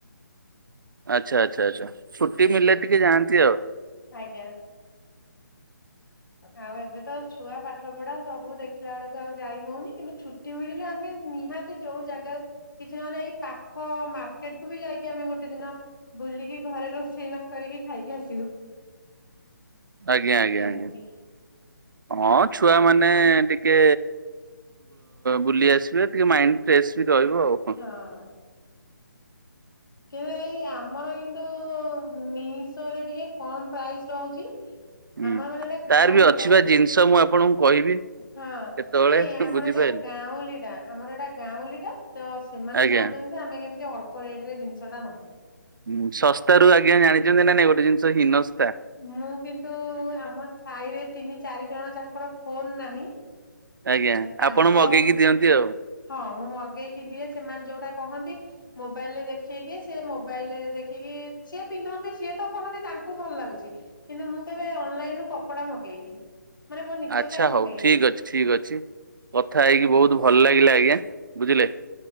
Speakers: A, on the right (about 75°); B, on the left (about 80°).
A: ଆଚ୍ଛା ଆଚ୍ଛା ଆଚ୍ଛା ଛୁଟି ମିଳିଲେ ଟିକେ ଯାଆନ୍ତି ଆଉ।
B: ଆଜ୍ଞା। ଆଉ ଏବେତ ଛୁଆ ପାଠ ପଢା ସବୁ ଦେଖିଲାବେଳକୁ ଆଉ ଯାଇହଉନି, କିନ୍ତୁ ଛୁଟି ମିଳିଲେ ଆମେ ନିହାତି ଯୋଉ ଜାଗା କିଛି ନହଲେ ଏଇ ପାଖ ମାର୍କେଟ କୁ ବି ଯାଇକି ଆମେ ଗୋଟେ ଦିନ ବୁଲିକି ଘରେ ରୋଷେଇ ନ କରିକି ଖାଇକି ଆସିବୁ।
A: ଆଜ୍ଞା ଆଜ୍ଞା
B: ଏମିତି
A: ଆଜ୍ଞା ହଁ ଛୁଆ ମାନେ ଟିକେ ବୁଲି ଆସିବେ ଟିକେ ମାଇଣ୍ଡ ଫ୍ରେଶ ବି ରହିବ ଆଉ। କଣ।
B: ହଁ। କିନ୍ତୁ ଏଇ ଆମର କିନ୍ତୁ ମିଶୋ ରେ ଟିକେ କମ ପ୍ରାଇସ ରହୁଛି।
A: ହୁଁ
B: ଆମର ମାନେ ଏଇଟା
A: ତାର
B: ଗାଉଁଲିଟା
A: ବି ଅଛି ବା ଜିନିଷ ମୁଁ ଆପଣଙ୍କୁ କହିବି।
B: ହଁ
A: କେତେବେଳେ
B: ନାଇଁ ଆମର
A: ବୁଝିପାରିଲେ।
B: ଏଇଟା ଗାଉଁଟା ଆମର ଏଟା ଗାଉଁଲିଟା ତ ସେମାନେ
A: ଆଜ୍ଞା
B: ଚାହୁଁଛନ୍ତି ଆମେ କେମିତି ଅଳ୍ପ ରେଟ ରେ ଜିନିଷ ଟା ନେବୁ।
A: ହୁଁ ଶସ୍ସ୍ତତା ରୁ ଆଜ୍ଞା ଜାଣିଛନ୍ତି ନା ନାଇଁ ଗୋଟେ ଜିନିଷ ହୀନସ୍ତା।
B: ମୁଁ କିନ୍ତୁ ଆମ ସାହିରେ ତିନି ଚାରି ଜଣ ଯାହାଙ୍କର ଫୋନ ନାହିଁ
A: ଆଜ୍ଞା
B: ତାଙ୍କ
A: ଆପଣ ମଗେଇକି ଦିଅନ୍ତି ଆଉ।
B: ହଁ ମୁଁ ମଗେଇକି ଦିଏ ସେମାନେ ଯୋଉଟା କହନ୍ତି ମୋବାଇଲ ରେ ଦେଖେଇ ଦିଏ ସେ ମୋବାଇଲରେ ଦେଖିକି ସିଏ ପିନ୍ଧନ୍ତି ସିଏ ତ କହନ୍ତି ତାଙ୍କୁ ଭଲ ଲାଗୁଚି। କିନ୍ତୁ ମୁଁ କେବେ ଅନଲାଇନ ରୁ କପଡା ମଗେଇନି ମାନେ ମୋ ନିଜ
A: ଆଚ୍ଛା
B: ପାଇଁ
A: ହଉ
B: ମଗେଇନି।
A: ଠିକ ଅଛି ଠିକ ଅଛି କଥା ହେଇକି ବହୁତ ଭଲ ଲାଗିଲା ଆଜ୍ଞା ବୁଝିଲେ।